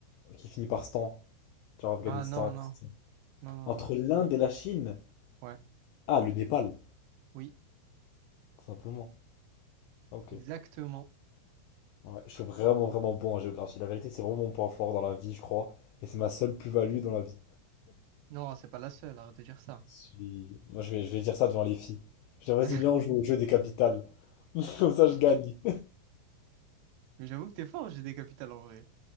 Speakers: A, on the left; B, on the right.
A: Qui finit par stan? Genre Afghanistan.
B: Ah non,
A: tout
B: non,
A: ça.
B: non, non,
A: Entre
B: non.
A: l'Inde et la Chine?
B: Ouais,
A: Ah, le Népal.
B: oui,
A: Tout simplement. Ok.
B: exactement.
A: Ouais, je suis vraiment, vraiment bon en géographie. La vérité, c'est vraiment mon point fort dans la vie, je crois. Et c'est ma seule plus-value dans la vie.
B: Non, c'est pas la seule, arrête de dire ça.
A: Si- Moi, je vais, je vais dire ça devant les filles. Je dis, vas-y,
B: <laughs>
A: viens, on joue au jeu des capitales. <laughs> Comme ça, je gagne.
B: Mais j'avoue que t'es fort, j'ai des capitales en vrai.